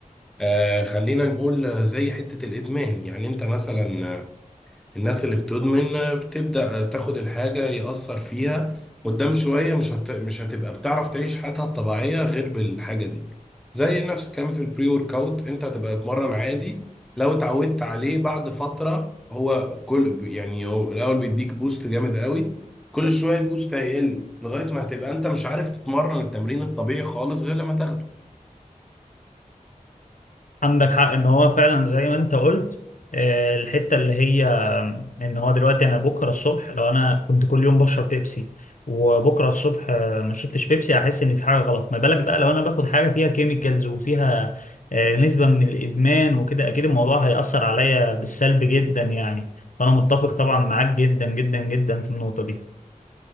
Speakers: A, in the centre; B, on the left.
A: آه خلينا نقول آه، زي حته الادمان يعني انت مثلا آه، الناس اللي بتدمن بتبدأ تاخد الحاجة يأثر فيها قدام شوية مش هت... مش هتبقى بتعرف تعيش حياتها الطبيعية غير بالحاجة دي زي نفس الكلام في البري ورك اوت انت هتبقى تتمرن عادي لو اتعودت عليه بعد فترة هو كل يعني هو الأول بيديك بوست جامد قوي كل شوية البوست هيقل لغاية ما هتبقى انت مش عارف تتمرن التمرين الطبيعي خالص غير لما تاخده
B: عندك حق ان هو فعلا زي ما انت قلت آه، الحته اللي هي آم، ان هو دلوقتي انا بكره الصبح لو انا كنت كل يوم بشرب بيبسي وبكره الصبح آه، ما شربتش بيبسي هحس ان في حاجه غلط ما بالك بقى لو انا باخد حاجه فيها كيميكالز وفيها آه، نسبه من الادمان وكده اكيد الموضوع هيأثر عليا بالسلب جدا يعني فانا متفق طبعا معاك جدا جدا جدا في النقطه دي